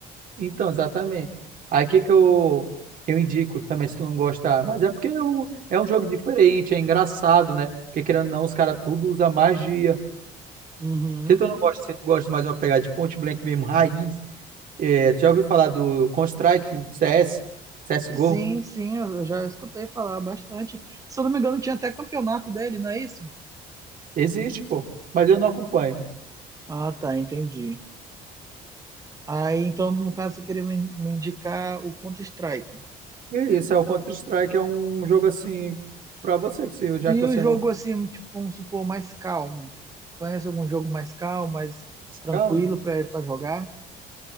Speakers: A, on the right; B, on the right.
A: Então, exatamente. Aí que que eu, eu indico também, se tu não gostar. Mas é porque eu, é um jogo diferente, é engraçado, né? Porque querendo ou não, os caras tudo usa magia.
B: Uhum.
A: Se tu não gosta, se tu gosta mais de uma pegada de Point Blank mesmo, raiz. É, tu já ouviu falar do Counter-Strike, o CS, CSGO?
B: Sim, sim, eu já escutei falar bastante. Se eu não me engano, tinha até campeonato dele, não é isso?
A: Existe, pô. Mas eu não acompanho.
B: Ah, tá, entendi. Aí, então, no caso, você queria me me indicar o Counter-Strike.
A: E isso, é, o Counter-Strike é um jogo assim, pra você, que se, já
B: E
A: que você
B: o jogo, assim, tipo, vamos supor, mais calmo. Conhece algum jogo mais calmo, mais tranquilo
A: não
B: pra pra jogar?